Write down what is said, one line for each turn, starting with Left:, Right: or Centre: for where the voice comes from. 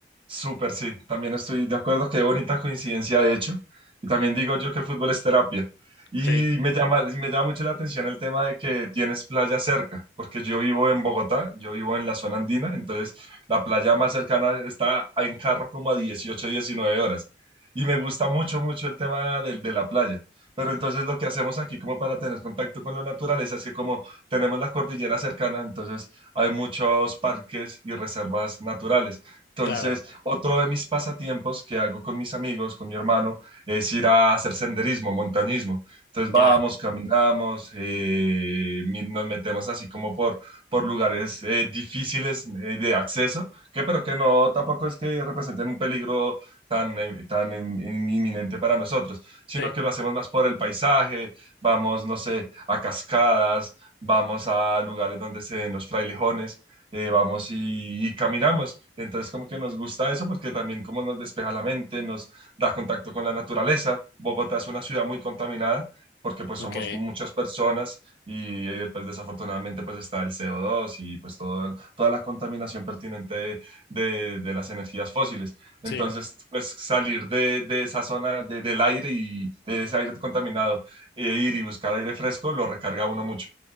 Right: Súper, sí, también estoy de acuerdo, qué bonita coincidencia de hecho. Y también digo yo que el fútbol es terapia. Y
Left: Sí,
Right: me llama, me llama mucho la atención el tema de que tienes playa cerca, porque yo vivo en Bogotá, yo vivo en la zona andina, entonces la playa más cercana está en carro como a 18, 19 horas. Y me gusta mucho, mucho el tema de, de la playa. Pero entonces lo que hacemos aquí como para tener contacto con la naturaleza es que como tenemos la cordillera cercana, entonces hay muchos parques y reservas naturales. Entonces,
Left: claro.
Right: otro de mis pasatiempos que hago con mis amigos, con mi hermano, es ir a hacer senderismo, montañismo. Entonces
Left: Ya,
Right: vamos, caminamos, eh, mi- nos metemos así como por, por lugares eh, difíciles eh, de acceso, que pero que no tampoco es que representen un peligro tan, eh, tan in- in- inminente para nosotros, sino
Left: Sí.
Right: que lo hacemos más por el paisaje, vamos, no sé, a cascadas, vamos a lugares donde se den los frailejones eh, vamos y, y caminamos. Entonces como que nos gusta eso porque también como nos despeja la mente, nos da contacto con la naturaleza. Bogotá es una ciudad muy contaminada porque pues
Left: ok,
Right: somos muchas personas y después desafortunadamente pues está el co dos y pues todo- toda la contaminación pertinente de, de- de las energías fósiles.
Left: sí,
Right: Entonces pues salir de, de esa zona de- del aire y de ese aire contaminado e ir y buscar aire fresco lo recarga a uno mucho.